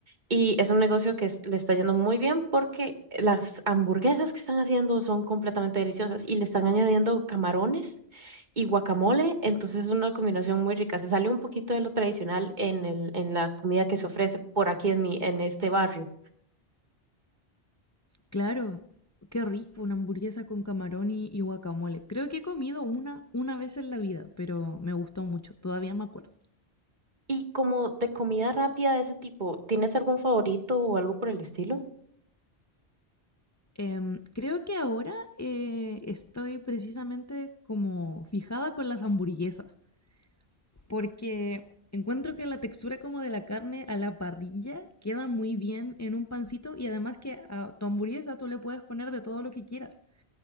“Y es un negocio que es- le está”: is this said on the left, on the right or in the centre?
Right